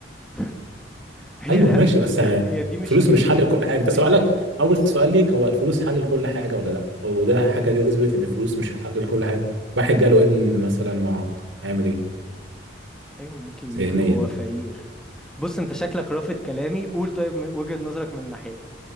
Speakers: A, in the centre; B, on the right (about 75°).
A: <laughs> هي
B: ايوه ماشي بس
A: هي
B: يعني
A: هي دي مش
B: الفلوس
A: عيب
B: مش حل لكل حاجه انت
A: مش
B: سؤالك
A: عيب في الفلوس
B: اول سؤال ليك هو الفلوس حل لكل حاجه ولا لا وده حاجه تثبت ان الفلوس مش حل لكل حاجه واحد جاله ابن مثلا معاق هيعمل ايه
A: ايوه ممكن يجي
B: ذهنيا
A: وهو فقير بص انت شكلك رافض كلامي قول طيب من وجهة نظرك من ناحيتك